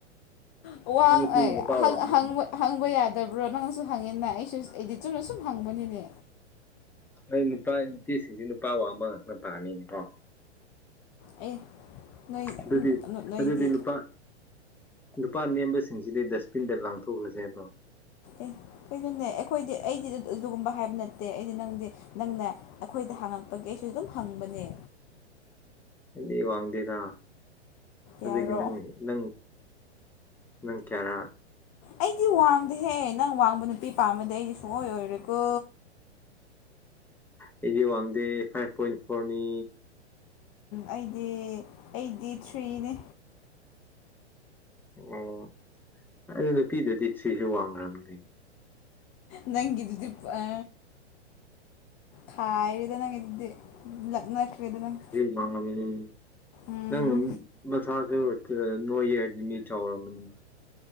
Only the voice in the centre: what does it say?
ꯅꯣꯏ ꯅꯨꯄꯤꯅ ꯅꯨꯄꯥ
ꯋꯥꯡꯕꯁꯤꯡ
ꯑꯩ ꯅꯨꯄꯥ ꯅꯨꯄꯤꯁꯤꯡꯁꯤ ꯅꯨꯄꯥ ꯋꯥꯡꯕ ꯉꯥꯛꯅ ꯄꯥꯛꯅꯤꯅꯦꯀꯣ
ꯑꯗꯨꯗꯤ
ꯑꯗꯨꯗꯤ ꯅꯨꯄꯥ ꯅꯨꯄꯥ ꯅꯦꯝꯕꯁꯤꯡꯁꯤꯗꯤ ꯗꯁꯕꯤꯟꯗ ꯂꯥꯡꯊꯣꯛꯈ꯭ꯔꯁꯦꯕ꯭ꯔꯣ
ꯑꯩꯗꯤ ꯋꯥꯡꯗꯦꯗ ꯑꯗꯨꯒꯤ
ꯅꯪ ꯅꯪ ꯅꯪ ꯀꯦꯔ
ꯑꯩꯗꯤ ꯋꯥꯡꯗꯦ ꯐꯥꯏꯚ ꯄꯣꯏꯟ ꯐꯣꯔꯅꯤ
ꯑꯣ ꯑꯗꯨ ꯅꯨꯄꯤꯗꯗꯤ ꯁꯤꯁꯨ ꯋꯥꯡꯈ꯭ꯔꯕꯅꯤꯅ
ꯎꯝ
ꯅꯪ ꯃꯁꯥꯁꯨ ꯅꯣꯏ ꯍꯥꯏꯗꯤ ꯃꯤ ꯆꯥꯎꯔꯝꯝꯕꯅꯤ